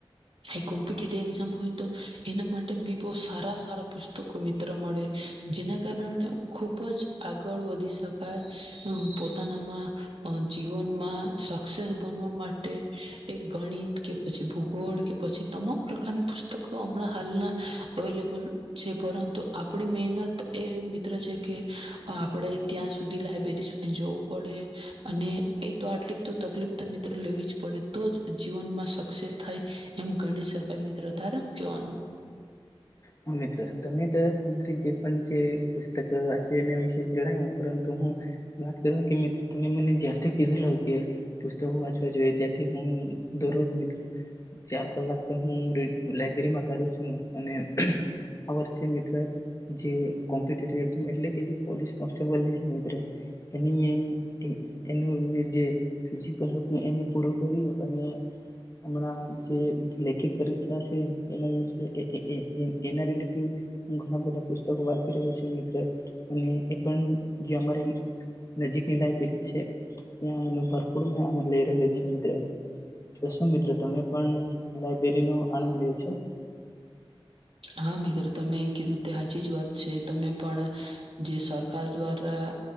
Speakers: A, on the right; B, on the left.
A: એ કોમ્પિ એક્ઝામ હોય તો એના માટે બી બોહ સારા સારા પુસ્તકો મિત્ર મળે જેના કારણે ખુબ જ આગળ વધી શકાય પોતાનામાં જીવનમાં સક્સેસ બનવા માટે એક ગણિત કે પછી ભૂગોળ કે પછી તમામ પ્રકારના પુસ્તકો હમણાં હાલના અવેલેબલ છે પરંતુ આપણી મહેનત એ મિત્ર છે કે આપડે ત્યાં સુધી લાયબ્રેરી શુધી જવું પડે અને એ તો આટલી તો તકલીફ તો મિત્ર લેવી જ પડે તો જ જીવનમાં સક્સેસ થાય એમ ગણી શકાય મિત્ર તાર હુ કહેવાનું
B: હા મિત્ર તમે તો તમારી જે પણ જે પુસ્તકો વાંચી એના વિશે જણાવ્યું પરંતુ હું વાત કરું કે મિત્ર તમે મને જ્યાથી કીધેલો કે પુસ્તકો વાંચવા જોઈએ ત્યાંથી હું દરરોજ મિત્ર ચાર કલાક તો હું લાયબ્રેરીમાં કાઢું છું અને આ વર્ષે મિત્ર જે કોમ્પિટેટિવ એક્ઝામ એટલે કે જે પોલીસ કોન્સ્ટેબલની છે મિત્ર એની મેં એનું મેં જે ફિઝિકલ હતું એ મેં પૂરું કર્યું અને હમણાં જે લેખિત પરીક્ષા છે એના વિશે એ એના રિલેટેડ ઘણા બધા પુસ્તકો વાંચી રહ્યો છ મિત્ર અને એ પણ જે અમારી નજીકની લાયબ્રેરી છે ત્યાં એ ભરપૂર આનંદ લઈ રહ્યો છે મિત્ર તો શું મિત્ર તમે પણ લાયબરી નો આનંદ લે છો
A: હા મિત્ર તમે કીધું તે હજી જ વાત છે, તમે પણ જે સરકાર દ્વારા